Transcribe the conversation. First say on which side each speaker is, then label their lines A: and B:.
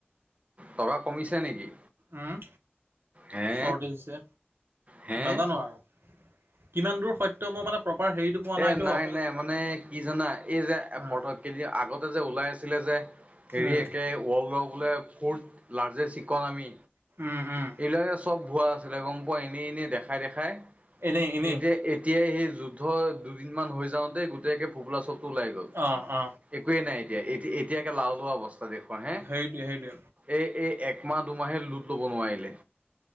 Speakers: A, on the right; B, on the right.
A: টকা কমিছে নেকি!
B: উম
A: হে
B: চৰ্দি হৈছে
A: হে
B: নাজানো আৰু কিমান দূৰ সত্য মই মানে প্ৰপাৰ হেৰিটো পোৱা নাইতো
A: এ নাই
B: অকল
A: নাই মানে কি জানা এই যে
B: উম
A: পথক কেইদিন আগতে যে ওলাই আছিলে যে হেৰি
B: উম
A: একে ৱৰ্ল্ডৰ বোলে ফৰ্থ লাৰ্জেষ্ট ইকনমী।
B: উম উম
A: এইবিলাকে চব ভুৱা আছিলে গম পোৱা এনেই এনে দেখাই দেখাই।
B: এনেই এনেই
A: এতিয়া এতিয়াই সেই যুদ্ধ দুদিন মান হৈ যাওঁতে গোটেই একে ফোপলা চপ ওলাই গ'ল
B: অ অ
A: একোৱে নাই এতিয়া এতিয়া একে লাও লোৱা অৱস্থা। দেখুওৱা হে,
B: সেইটোৱে সেইটোৱে
A: এই এই একমাহ দুমাহেই লোড ল'ব নোৱাৰিলে।